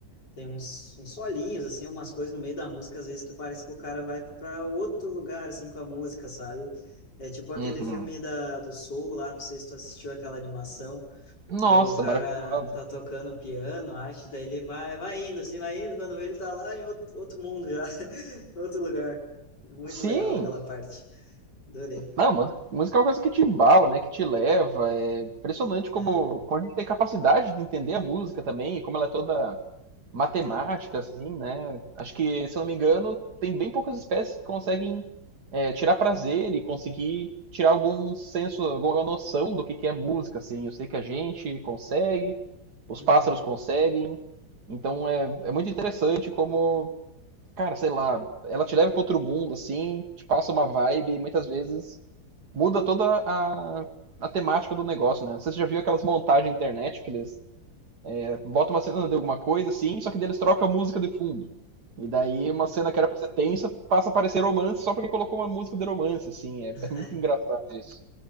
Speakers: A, on the left (about 60°); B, on the right (about 55°).
A: Tem uns, uns solinhos, assim, umas coisas no meio da música, às vezes, que parece que o cara vai para outro lugar, assim, com a música, sabe? É tipo aquele
B: Uhum.
A: filme da, do Soul lá, não sei se tu assistiu aquela animação,
B: Nossa,
A: que o cara
B: maravilhosa.
A: tá tocando piano, acho, daí ele vai, vai indo, assim, vai indo, quando vê ele tá lá em outro, outro mundo já, <laughs> outro lugar. Muito
B: Sim,
A: legal aquela parte. Adorei.
B: não, mas música é uma coisa que te embala, né? Que te leva. É impressionante como,
A: É,
B: como a gente tem capacidade de entender a música também, e como ela é toda matemática,
A: é,
B: assim, né? Acho que, se eu não me engano, tem bem poucas espécies que conseguem é, tirar prazer e conseguir tirar algum senso, alguma noção do que, que é música, assim. Eu sei que a gente consegue, os
A: Uhum.
B: pássaros conseguem. Então é, é muito interessante como, cara, sei lá, ela te leva para outro mundo, assim, te passa uma vibe e muitas vezes muda toda a, a temática do negócio, né? Você já viu aquelas montagens na internet que eles bota uma cena de alguma coisa, assim, só que eles trocam a música de fundo. E daí
A: Uhum.
B: uma cena que era pra ser tensa passa a parecer romance só porque colocou uma música de romance, assim. É,
A: <laughs>
B: é muito engraçado isso.